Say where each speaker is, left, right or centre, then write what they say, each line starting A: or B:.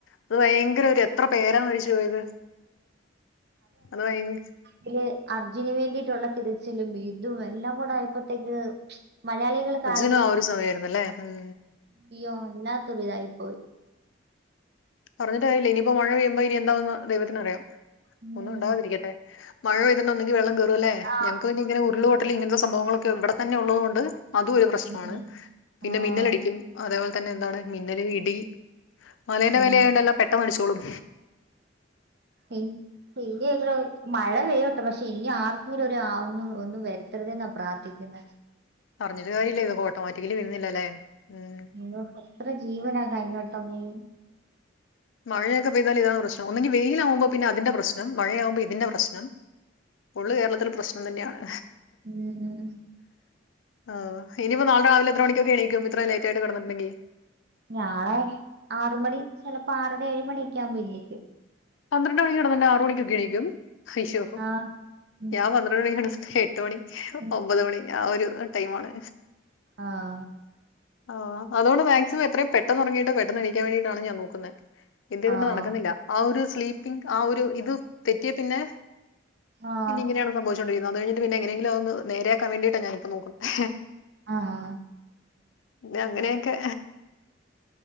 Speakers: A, on the left (about 80°); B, on the right (about 60°).
A: അത് ഭയങ്കര ഒരു എത്ര പേരാ മരിച്ചു പോയത് അത് ഭയങ്ക
B: ഇതില് അർജുന് വേണ്ടീട്ടുള്ള തിരച്ചിലും ഇതും എല്ലാം കൂടെ ആയപ്പോത്തേക്ക് മലയാളികൾക്കാകെ
A: അർജുനും ആ ഒരു സമയമായിരുന്നു അല്ലേ ഉം
B: അയ്യോ വല്ലാത്തൊരിതായിപ്പോയി
A: പറഞ്ഞിട്ട് കാര്യമില്ല ഇനിപ്പോ മഴ പെയ്യുമ്പോ ഇനി എന്താവെന്ന് ദൈവത്തിന് അറിയാം
B: ഉം
A: ഒന്നും ഉണ്ടാതിരിക്കട്ടെ മഴ പെയ്തിണ്ടെങ്കി ഒന്നുല്ലെങ്കി ഇങ്ങനെ വെള്ളം കേയറും അല്ലേ
B: ആഹ്
A: ഞങ്ങക്ക് പിന്നെ ഇങ്ങനെ ഉരുള് പൊ ഇപ്പളല്ലെ ഇങ്ങനത്തെ സംഭവങ്ങളൊക്കെ ഇവിടെത്തന്ന ഉള്ളതുകൊണ്ട് അത് ഒരു പ്രശ്നമാണ്
B: ഉം
A: പിന്നെ
B: ആഹ്
A: മിന്നലടിക്കും അതേപോലെ തന്നെ എന്താണ് മിന്നല് ഇടി മലേന്റെ
B: ഉം
A: മേലെ എല്ലാ പെട്ടെന്ന് അടിച്ചോളും
B: എയ് പിന്നെങ്ങനെ മഴ പെയ്യട്ടെ പക്ഷെ ഇനി ആർക്കെങ്കിലും ഒരു ഒന്നും ഒന്നും വരുത്തരുതെന്നാ പ്രാർത്ഥിക്കുന്നെ
A: പറഞ്ഞിട്ട് കാര്യമില്ല ഇതൊക്കെ ഓട്ടോമാറ്റിക്കലി വരുന്നെല്ലേ ഉം
B: അയ്യോ എത്ര ജീവനാ കഴിഞ്ഞട്ടം പോയി
A: മഴയൊക്കെ പെയ്താൽ ഇതാണ് പ്രശ്നം ഒന്നെങ്കിൽ വെയിലാവുമ്പോൾ പിന്നെതിന്റെ പ്രശ്നം മഴയാകുമ്പോൾ ഇതിന്റെ പ്രശ്നം ഫുള്ള് കേരളത്തില് പ്രശ്നം തന്നെയാണ്
B: ഉം ഉം
A: ആ ഇനിയിപ്പോ നാളെ രാവിലെ എത്ര മണിക്കൊക്കെ എണീക്കും ഇത്രയും ലേറ്റ് ആയിട്ട് കെടന്നിട്ടുണ്ടെങ്കിൽ
B: നാളെ ആറ് മണി ചെലപ്പോ ആറര ഏഴ് മണിയൊക്കെ ആവുമ്പോ എണീക്കും
A: പന്ത്രണ്ട് മണിക്ക് കെടന്ന്ണ്ടെങ്കിൽ ആറ്മണിക്കൊക്കെ എണിക്കും അയ്യോ
B: ആഹ് ഉം
A: ഞാൻ പ എണീക്കണ എട്ട് മണി
B: ഉം
A: ഒമ്പത് മണി ആ ഒരു ടൈമാണ്
B: ആഹ്
A: ആ അതുകൊണ്ട് മാക്സിമം എത്രയും പെട്ടെന്നെറങ്ങിട്ട് പെട്ടന്ന് എണീക്കാൻ വേണ്ടീട്ടാണ് ഞാൻ നോക്കുന്നെ എന്ത് ചെയ്യന്ന
B: ആഹ്
A: നടക്കുന്നില്ല ആ ഒരു സ്ലീപ്പിങ് ആ ഒരു ഇത് തെറ്റിയെ പിന്നെ
B: ആഹ്
A: പിന്നെങ്ങനെയാണ് സംഭവിച്ചുകൊണ്ടിരിക്കുന്നത് അത് കഴിഞ്ഞിട്ട് പിന്നെ എങ്ങനെങ്കിലും അതൊന്ന് നേരെയാക്കാൻ വേണ്ടിയിട്ടാഞാനിപ്പോ നോക്കുന്നെ
B: ആഹ്
A: ഇങ്ങ അങ്ങനെയൊക്കെ